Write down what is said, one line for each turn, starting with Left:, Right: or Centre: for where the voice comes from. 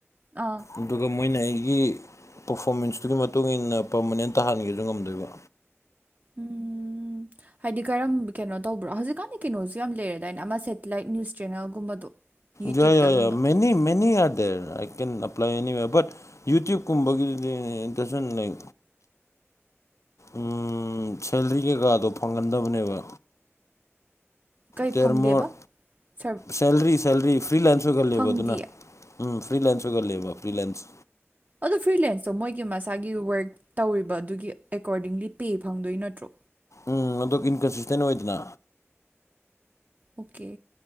Right: ꯑꯥ
Left: ꯑꯗꯨꯒ ꯃꯣꯏꯅ ꯑꯩꯒꯤ ꯄꯔꯐꯣꯔꯃꯦꯟꯁꯇꯨꯒꯤ ꯃꯇꯨꯡ ꯏꯟꯅ ꯄꯔꯃꯅꯦꯟ ꯇꯥꯍꯟꯒꯦꯖꯨ ꯉꯝꯗꯣꯏꯕ
Right: ꯎꯝ ꯍꯥꯏꯗꯤ ꯀꯔꯝ ꯀꯩꯅꯣ ꯇꯧꯕ꯭ꯔꯣ ꯍꯧꯖꯤꯛꯀꯥꯟꯗꯤ ꯀꯩꯅꯣꯁꯨ ꯌꯥꯝ ꯂꯩꯔꯗꯥꯏꯅꯦ ꯑꯃ ꯁꯦꯇꯤꯂꯥꯏꯠ ꯅ꯭ꯌꯨꯁ ꯆꯦꯅꯦꯜꯒꯨꯝꯕꯗꯣ ꯌꯨꯇ꯭ꯌꯨꯕꯇꯒꯨꯝꯕ
Left: ꯌꯥ ꯌꯥ ꯌꯥ many many <unintelligible> I can apply anyway but ꯌꯨꯇ꯭ꯌꯨꯞꯀꯨꯝꯕꯒꯤꯗꯨꯗꯤ <unintelligible> ꯂꯩ ꯎꯝ ꯁꯦꯂꯔꯤ ꯀꯩꯀꯥꯗꯣ ꯐꯪꯒꯟꯗꯕꯅꯦꯕ
Right: ꯀꯩ
Left: ꯇꯦꯔꯃꯣꯠ
Right: ꯐꯪꯗꯦꯕ ꯁꯔ
Left: ꯁꯦꯂꯔꯤ ꯁꯦꯂꯔꯤ ꯐ꯭ꯔꯤ ꯂꯟꯁ ꯑꯣꯏꯒꯜꯂꯦꯕ
Right: ꯐꯪꯗꯤꯌꯦ
Left: ꯑꯗꯨꯅ ꯎꯝ ꯐ꯭ꯔꯤ ꯂꯟꯁ ꯑꯣꯏꯒꯜꯂꯦꯕ ꯐ꯭ꯔꯤ ꯂꯟꯁ
Right: ꯑꯗꯨ ꯐ꯭ꯔꯤ ꯂꯦꯟꯁꯇꯣ ꯃꯣꯏꯒꯤ ꯃꯁꯥꯒꯤ ꯋꯥꯔꯛ ꯇꯧꯔꯤꯕ ꯑꯗꯨꯒꯤ ꯑꯦꯀꯣꯔꯗꯤꯡꯂꯤ ꯄꯦ ꯐꯪꯗꯣꯏ ꯅꯠꯇ꯭꯭ꯔꯣ
Left: ꯎꯝ ꯑꯗꯨ ꯏꯟꯀꯟꯁꯤꯁꯇꯦꯟ ꯑꯣꯏꯗꯅ
Right: ꯑꯣꯀꯦ